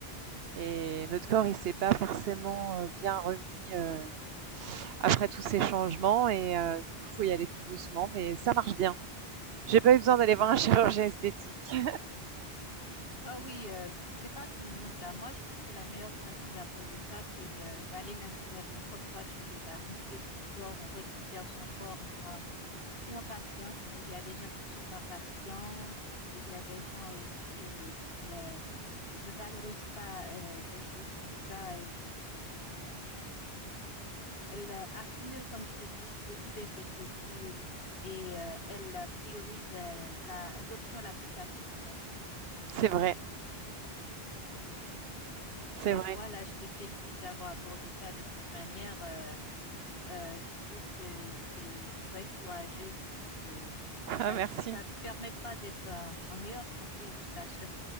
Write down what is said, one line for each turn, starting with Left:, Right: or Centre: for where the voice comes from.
Right: Et notre corps, il ne s'est pas forcément euh, bien remis euh, après tous ces changements. Et euh, du coup, il faut y aller plus doucement, mais ça marche bien. J'ai pas eu besoin d'aller voir un chirurgien esthétique. <laughs>
Left: Ah oui, euh, c'est pas tout le monde là. Moi, je trouve que la meilleure façon d'aborder ça, c'est euh, d'aller naturellement comme toi tu fais là. On fait du sport, on récupère son corps, on prend tout en patience, mais il y a des gens qui ne sont pas patients et il y a des gens aussi euh, qui euh, ne valorise pas euh, des choses comme ça. Et, elle euh, accumule, comme je te dis, beaucoup d'insécurité et euh, elle euh, priorise euh, la, l'option la plus facile, quoi.
Right: C'est vrai, c'est
Left: Mais
Right: vrai.
Left: toi, là, je te félicite d'avoir abordé ça de cette manière. Euh, euh, je trouve que tu es très courageuse et puis euh,
Right: Ah,
Left: ça,
Right: merci.
Left: ça te permettra d'être en en meilleure santé, je t'assure.